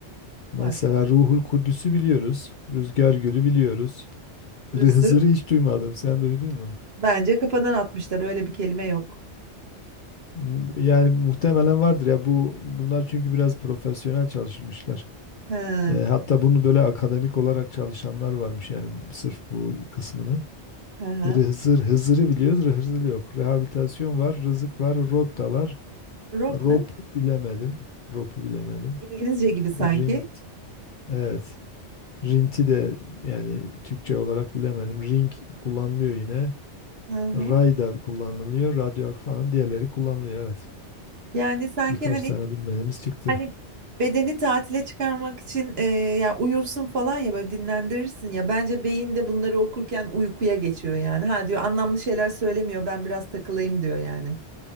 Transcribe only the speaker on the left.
Mesela
Ruhul Kudüs'ü biliyoruz. Rüzgar Gölü biliyoruz.
Hızır'ı hiç duymadım. Sen duydun mu?
M- Yani muhtemelen vardır ya bu bunlar çünkü biraz profesyonel çalışmışlar.
E, hatta bunu böyle akademik olarak çalışanlar varmış yani sırf bu kısmını.
Rı- Hızır, Hızır'ı biliyoruz, Rı- Hızır yok. Rehabilitasyon var, rızık var, rot da var.
Rop
bilemedim, ropu bilemedim.
Rint, evet. Rinti de yani Türkçe olarak bilemedim. Ring kullanılıyor yine.
Ray da kullanılıyor, radyo falan diğerleri kullanılıyor evet.
Birkaç
tane bilmediğimiz çıktı.